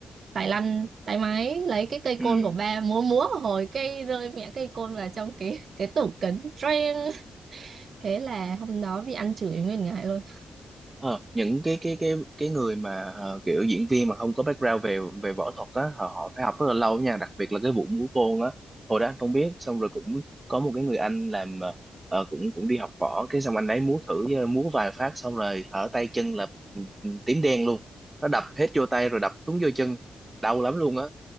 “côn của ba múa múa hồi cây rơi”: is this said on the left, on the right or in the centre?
Right